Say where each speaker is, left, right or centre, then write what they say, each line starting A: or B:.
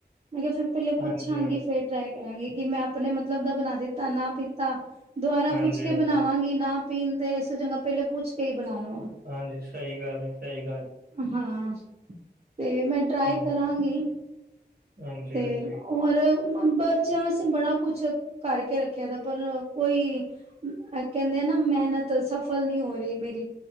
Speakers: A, on the right (about 35°); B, on the right (about 55°).
A: ਮੈਂ ਕਿਹਾ ਫਿਰ ਪਹਿਲੇ ਪੁੱਛਾਂਗੀ
B: ਹਾਂਜੀ
A: ਫੇਰ ਟਰਾਈ ਕਰਾਂਗੀ, ਕਿ ਮੈਂ ਆਪਣੇ ਮਤਲਬ ਦਾ ਬਣਾ ਦਿੱਤਾ ਨਾ ਪੀਤਾ। ਦੁਬਾਰਾ
B: ਹਾਂਜੀ
A: ਪੁੱਛ ਕੇ
B: ਹਾਂਜੀ
A: ਬਣਾਵਾਂਗੀ ਨਾ ਪੀਣ ਤੇ, ਇਸ ਤੋਂ ਚੰਗਾ ਪਹਿਲੇਾਂ ਪੁੱਛ ਕੇ ਹੀ ਬਣਾ ਲਵਾਂ।
B: ਹਾਂਜੀ, ਸਹੀ ਗੱਲ ਏ, ਸਹੀ ਗੱਲ
A: ਹਾਂ, ਤੇ ਮੈਂ ਟਰਾਈ
B: ਹੋਰ
A: ਕਰਾਂਗੀ।
B: ਹਾਂਜੀ
A: ਤੇ
B: ਹਾਂਜੀ
A: ਹੋਰ ਬੱਚੇਆਂ ਵਾਸਤੇ ਬੜਾ ਕੁਛ ਕਰ ਕੇ ਰੱਖਿਆ ਦਾ, ਪਰ ਕੋਈ ਆ ਕਹਿੰਦੇ ਆ ਨਾ, ਮਿਹਨਤ ਸਫਲ ਨਹੀਂ ਹੋ ਰਹੀ ਮੇਰੀ,